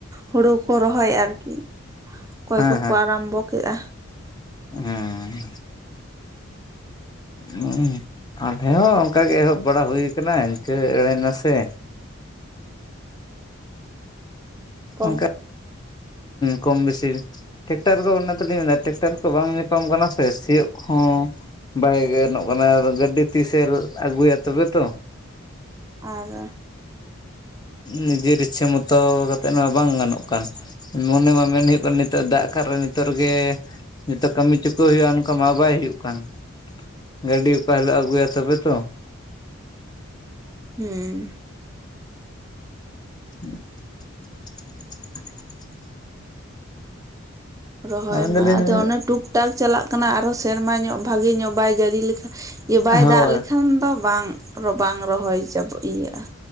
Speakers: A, on the right; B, on the left.
A: ᱦᱩᱲᱩ ᱠᱚ ᱨᱚᱦᱚᱭ ᱟᱨᱠᱤ ᱚᱠᱚᱭ
B: ᱦᱮᱸ
A: ᱠᱚᱠᱚ ᱟᱨᱟᱢᱵᱚ ᱠᱮᱜ-ᱟ᱾
B: ᱦᱩᱸ᱾ ᱦᱩᱸ ᱟᱞᱮ ᱦᱚᱸ ᱚᱱᱠᱟ ᱜᱮ ᱮᱦᱚᱵ ᱵᱟᱲᱟ ᱦᱩᱭ ᱠᱟᱱᱟ ᱤᱱᱠᱟᱹ ᱮᱲᱮ ᱱᱟᱥᱮ᱾
A: ᱠᱚᱢ
B: ᱚᱱᱠᱟ ᱠᱚᱢ ᱵᱮᱥᱤ᱾ ᱴᱮᱠᱴᱟᱨ ᱠᱚ ᱚᱱᱟ ᱛᱮᱞᱤᱧ ᱢᱮᱱᱫᱟ ᱴᱮᱠᱴᱟᱨ ᱠᱚ ᱵᱟᱝ ᱧᱟᱯᱟᱢ ᱠᱟᱱᱟ ᱥᱮ ᱥᱤᱭᱳᱜ ᱠᱚ ᱦᱚᱸ᱾ ᱵᱟᱭ ᱜᱟᱱᱚᱜ ᱠᱟᱱᱟ ᱟᱫᱚ ᱜᱟᱹᱰᱤ ᱛᱤᱥᱮ ᱟᱹᱜᱩᱭᱟ ᱛᱚᱵᱮ ᱛᱚ᱾
A: ᱟᱨ
B: ᱱᱤᱡᱮᱨ ᱤᱪᱪᱷᱟᱹ ᱢᱚᱛᱚ ᱠᱟᱛᱮᱜ ᱢᱟ ᱵᱟᱝ ᱜᱟᱱᱚᱜ ᱠᱟᱱ ᱢᱚᱱᱮ ᱢᱟ ᱢᱮᱱ ᱦᱩᱭᱩᱜ ᱠᱟᱱ ᱤᱛᱚ ᱱᱤᱛᱚᱜ ᱫᱟᱜ ᱠᱷᱟᱨ ᱱᱤᱛᱚᱜ ᱨᱮᱜᱮ ᱱᱤᱛᱚᱜ ᱠᱟᱹᱢᱤ ᱪᱩᱠᱟᱹᱣ ᱦᱩᱭᱩᱜᱼᱟ᱾ ᱚᱱᱠᱟ ᱢᱟ ᱵᱟᱭ ᱦᱩᱭᱩᱜ ᱠᱟᱱ᱾ ᱜᱟᱹᱰᱤ ᱚᱠᱟ ᱦᱤᱞᱳᱜ ᱮ ᱟᱹᱜᱩᱭᱟ ᱛᱚᱵᱮ ᱛᱚ᱾
A: ᱦᱩᱸ᱾
B: <unintelligible>
A: ᱨᱚᱦᱚᱭ
B: ᱢᱮᱱᱫᱟᱞᱤᱧ
A: ᱢᱟ ᱟᱫᱚ ᱚᱱᱮ ᱴᱩᱠ ᱴᱟᱠ ᱪᱟᱞᱟᱜ ᱠᱟᱱᱟ ᱟᱨᱦᱚᱸ ᱥᱮᱨᱢᱟ ᱧᱚᱸᱜ ᱵᱷᱟᱜᱤ ᱧᱚᱸᱜ ᱵᱟᱭ ᱡᱟᱹᱲᱤ ᱞᱮᱠᱷᱟᱡ ᱤᱭᱟᱹ ᱵᱟᱭ
B: ᱦᱳᱭ
A: ᱫᱟᱜ ᱞᱮᱠᱷᱟᱱ ᱫᱚ ᱵᱟᱝ ᱨᱚ ᱵᱟᱝ ᱨᱚᱦᱚᱭ ᱪᱟᱵ ᱤᱭᱟᱹᱜᱼᱟ,